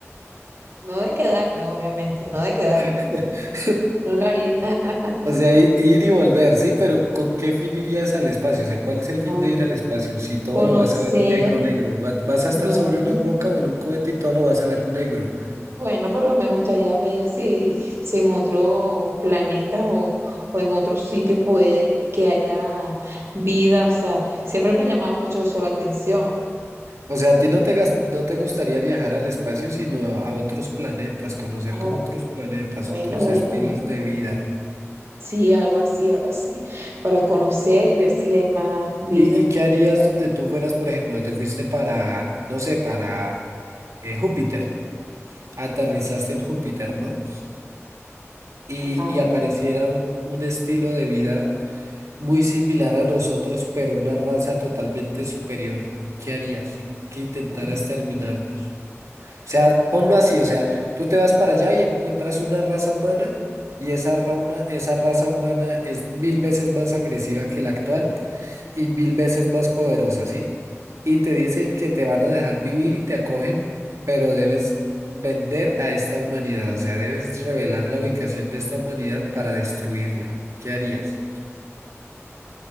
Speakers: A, on the right; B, on the right.
A: No de quedarme, obviamente, no de quedarme.
B: <laughs>
A: No lo haría. <laughs>
B: O sea, i- ir y volver, sí, pero ¿con qué fin irías al espacio? O sea, ¿cuál es el
A: Ah,
B: fin de ir al espacio? Si todo
A: conocer,
B: lo vas a ver negro, negro, va- vas a
A: no.
B: estar sobre una roca o en un cohete y todo lo vas a ver negro.
A: Bueno, pero me gustaría ver si, si en otro planeta o, o en otros sitios puede que haya vida. O sea, siempre me ha llamado mucho eso la atención.
B: O sea, a ti no te, gas- no te gustaría viajar al espacio, sino a otros planetas, conocer
A: Ah,
B: como
A: oh,
B: otros planetas,
A: bueno,
B: otros
A: bueno,
B: estilos de vida.
A: sí, algo así, algo así, para conocer y ver si hay más vida.
B: ¿Y, y qué harías donde tú fueras, por ejemplo, te fuiste para, no sé, para eh, Júpiter, aterrizaste en Júpiter, ¿no? Y,
A: Ajá.
B: y apareciera un, un estilo de vida muy similar a nosotros, pero una raza totalmente superior. ¿Qué harías? ¿Qué intentaras
A: bueno.
B: terminar? O sea, ponlo así, o sea, tú te vas para allá y encuentras una raza humana y esa, rauna- esa raza humana es mil veces más agresiva que la actual y mil veces más poderosa, ¿sí? Y te dicen que te van a dejar vivir y te acogen, pero debes vender a esta humanidad, o sea, debes revelar la ubicación de esta humanidad para destruirla. ¿Qué harías?